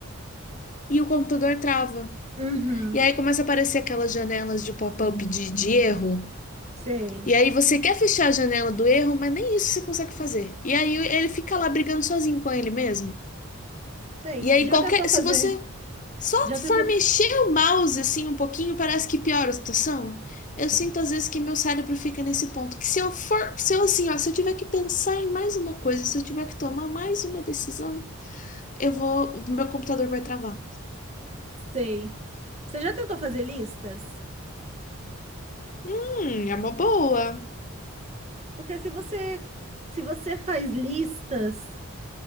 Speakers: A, on the left; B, on the right.
A: e o computador trava.
B: Uhum,
A: E aí começa a aparecer aquelas janelas de pop-up de, de erro.
B: sei,
A: E aí você quer fechar a janela do erro, mas nem isso você consegue fazer. E aí ele fica lá brigando sozinho com ele mesmo.
B: sei.
A: E aí
B: Já
A: qualquer,
B: tentou fazer
A: se você só
B: Já
A: for
B: tentou? f-
A: mexer o mouse assim um pouquinho, parece que piora a situação. Eu
B: Sei.
A: sinto às vezes que meu cérebro fica nesse ponto, que se eu for, se eu assim, ó, se eu tiver que pensar em mais uma coisa, se eu tiver que tomar mais uma decisão, eu vou, meu computador vai travar.
B: Sei. Você já tentou fazer listas?
A: Hum, é uma boa.
B: Porque se você se você faz listas,